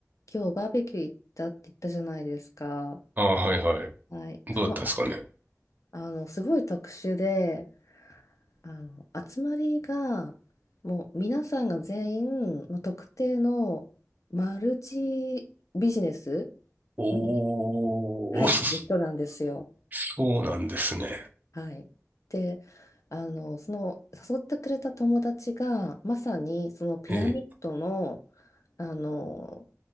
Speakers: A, on the left; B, on the right.
A: 今日バーベキュー行ったって言ったじゃないですか。
B: ああ、はいはい。
A: はい。その、
B: どうだったんですかね。
A: あ、あの、すごい特殊で、あの、集まりが、もう皆さんが全員、もう特定のマルチビジネス
B: おー、
A: に入ってる人なんですよ。
B: <laughs> そうなんですね。
A: はい。で、あの、その、誘ってくれた友達が、まさにそのピラミッドの、
B: え
A: あの、